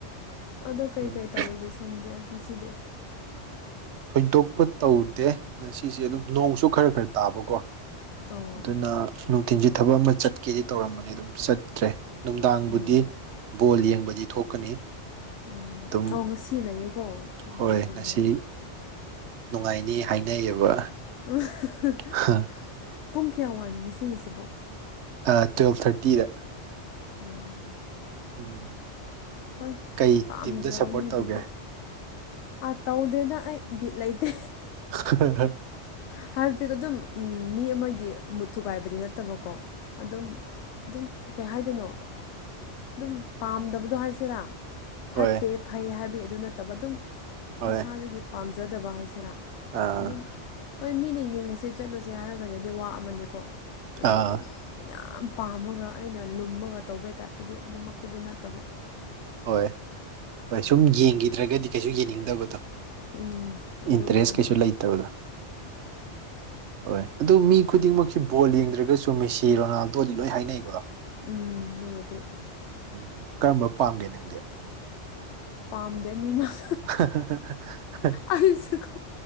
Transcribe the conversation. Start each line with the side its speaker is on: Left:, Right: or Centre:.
Left: ꯑꯗꯤ ꯀꯩꯀꯩ
Right: ꯎꯝ
Left: ꯇꯧꯔꯤꯒꯦ ꯁꯣꯝꯗꯤ ꯉꯁꯤꯗꯤ
Right: ꯊꯣꯏꯗꯣꯛꯄ ꯇꯧꯗꯦ ꯉꯁꯤꯁꯦ ꯑꯗꯨꯝ ꯅꯣꯡꯁꯨ ꯈꯔ ꯈꯔ ꯇꯥꯕꯀꯣ
Left: ꯑꯣ
Right: ꯑꯗꯨꯅ ꯅꯨꯡꯊꯤꯟꯁꯤ ꯊꯕꯛ ꯑꯃ ꯆꯠꯀꯦꯗꯤ ꯇꯧꯔꯝꯕꯅꯤ ꯑꯗꯨꯝ ꯆꯠꯇ꯭ꯔꯦ ꯅꯨꯡꯗꯥꯡꯕꯨꯗꯤ
Left: ꯎꯝ
Right: ꯕꯣꯜ ꯌꯦꯡꯕꯗꯤ ꯊꯣꯛꯀꯅꯤ
Left: ꯎꯝ
Right: ꯑꯗꯨꯝ
Left: ꯑꯥꯎ ꯉꯁꯤ ꯂꯩꯌꯦꯀꯣ ꯑꯣ
Right: ꯍꯣꯏ
Left: ꯆꯨꯝꯦ
Right: ꯉꯁꯤ ꯅꯨꯡꯉꯥꯏꯅꯤ ꯍꯥꯏꯅꯩꯌꯦꯕ
Left: ꯑꯍꯥꯍꯥ
Right: ꯍ
Left: ꯄꯨꯡ ꯀꯌꯥ ꯋꯥꯏꯅꯣ ꯉꯁꯤꯒꯤꯁꯤꯕꯣ
Right: ꯑꯥ ꯇꯨꯋꯦꯜꯞ ꯊꯥꯔꯇꯤꯗ
Left: ꯑꯣ
Right: ꯎꯝ
Left: ꯍꯣꯏ
Right: ꯀꯩ
Left: ꯄꯥꯝꯖꯕ
Right: ꯇꯤꯝꯗ ꯁꯞꯄꯣꯔꯠ
Left: ꯃꯤꯒꯤꯗꯤ
Right: ꯇꯧꯒꯦ
Left: ꯑꯥ ꯇꯧꯗꯦꯗꯥ ꯑꯩ ꯕꯤꯠ ꯂꯩꯇꯦ
Right: <inaudible>
Left: ꯍꯥꯏꯕꯗꯤ ꯑꯗꯨꯝ ꯎꯝ ꯃꯤ ꯑꯃꯒꯤ ꯃꯨꯠ ꯊꯨꯒꯥꯏꯕꯗꯤ ꯅꯠꯇꯕꯀꯣ ꯑꯗꯨꯝ ꯍꯣꯏ ꯑꯗꯨꯝ ꯀꯩ ꯍꯥꯏꯗꯣꯏꯅꯣ ꯑꯗꯨꯝ ꯄꯥꯝꯗꯕꯗꯣ ꯍꯥꯏꯁꯤꯔꯥ
Right: ꯍꯣꯏ
Left: ꯐꯠꯇꯦ ꯐꯩ ꯍꯥꯏꯕꯒꯤ ꯑꯗꯨ ꯅꯠꯇꯕ ꯑꯗꯨꯝ
Right: ꯍꯣꯏ
Left: ꯏꯁꯥꯗꯒꯤ ꯄꯥꯝꯖꯗꯕ ꯍꯥꯏꯁꯤꯔꯥ
Right: ꯑꯥ
Left: ꯑꯗꯨꯝ ꯍꯣꯏ ꯃꯤꯅ ꯌꯦꯡꯉꯨꯁꯦ ꯆꯠꯂꯨꯁꯦ ꯍꯥꯏꯔꯒꯗꯤ ꯑꯗꯨꯗꯤ ꯋꯥ ꯑꯃꯅꯤꯀꯣ ꯑꯗꯨꯒ
Right: ꯑꯥ
Left: ꯑꯗꯨꯝ ꯌꯥꯝ ꯄꯥꯝꯃꯒ ꯑꯩꯅ ꯂꯨꯝꯃꯒ ꯇꯧꯕꯩ ꯇꯥꯏꯞꯇꯨꯗꯤ ꯑꯗꯨꯃꯛꯇꯨꯗꯤ ꯅꯠꯇꯕ
Right: ꯍꯣꯏ ꯍꯣꯏ ꯁꯨꯝ ꯌꯦꯡꯒꯤꯗ꯭ꯔꯒꯗꯤ ꯀꯩꯁꯨ ꯌꯦꯡꯅꯤꯡꯗꯕꯗꯣ
Left: ꯎꯝ ꯑꯗꯨꯒꯨꯝꯕ
Right: ꯏꯟꯇꯔꯦꯁ
Left: ꯑꯃꯥ
Right: ꯀꯩꯁꯨ ꯂꯩꯇꯕꯗꯣ ꯍꯣꯏ ꯑꯗꯨ ꯃꯤ ꯈꯨꯗꯤꯡꯃꯛꯁꯨ ꯕꯣꯜ ꯌꯦꯡꯗ꯭ꯔꯒꯁꯨ ꯇꯨ ꯃꯦꯁꯤ ꯔꯣꯅꯥꯜꯗꯣꯗꯤ ꯂꯣꯏ ꯍꯥꯏꯅꯩꯀꯣ
Left: ꯎꯝ ꯑꯗꯨꯕꯨꯗꯤ
Right: ꯎꯝ ꯀꯔꯝꯕ ꯄꯥꯝꯒꯦ ꯅꯪꯗꯤ
Left: ꯄꯥꯃꯗꯦ ꯑꯅꯤꯃꯛ
Right: ꯑꯍꯥ ꯍꯥ ꯍꯥ ꯍꯥ
Left: ꯑꯩꯁꯨ ꯀꯣ